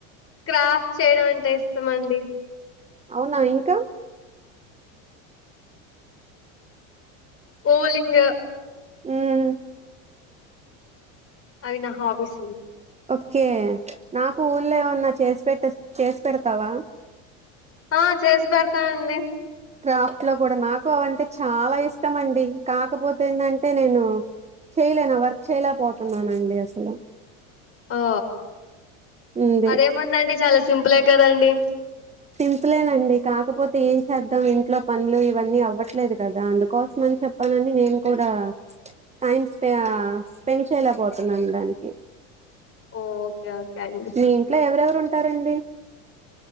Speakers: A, on the left; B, on the right.
A: క్రాఫ్ట్ చేయడం అంటే ఇస్తమండి
B: అవునా ఇంకా
A: ఓలింగ
B: మ్మ్
A: అవి నా హాబీస్
B: ఓకే నాకు ఊళ్ళ ఏమన్నా చేసి పెట్ చేసి పెడతావా
A: ఆ చేసి పెడతానండి
B: క్రాఫ్ట్ లో కూడా నాకు అవంటే చాలా ఇష్టం అండి కాకపోతే ఏంటంటే నేను చేయలేను వర్క్ చేయలేకపోతున్నానండి అసలు
A: ఓ
B: ఉంది
A: అదేముందండి చాలా సింపులే కదండి
B: సింపులేనండి కాకపోతే ఏం చేద్దాం ఇంట్లో పనులు ఇవన్నీ అవ్వట్లేదు కదా అందుకోసమని చెప్పానని నేను కూడా టైం స్ప స్పెండ్ చేయలేకపోతున్నాను దానికి
A: ఓ ఓకే అండి
B: మీ ఇంట్లో ఎవరెవరు ఉంటారండి